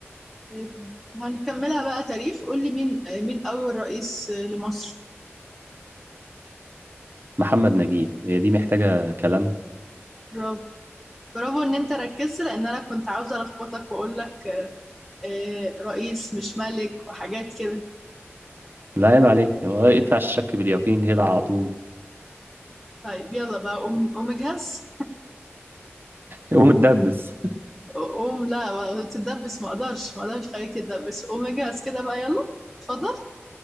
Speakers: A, in the centre; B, on the right.
A: طيب، هنكملها بقى تاريخ قول لي مين مين اول رئيس لمصر
B: محمد نجيب هي دي محتاجه كلام
A: برافو برافو ان انت ركزت لان انا كنت عاوزه الخبطك واقول لك آه، رئيس مش ملك وحاجات كده
B: لا عيب عليك هو اقطع الشك باليقين كده على طول
A: طيب يلا بقى قوم قوم اجهز
B: قوم اتدبس
A: قوم لا تدبس ما اقدرش ما اقدرش خليك تدبس قوم اجهز كده بقى يلا اتفضل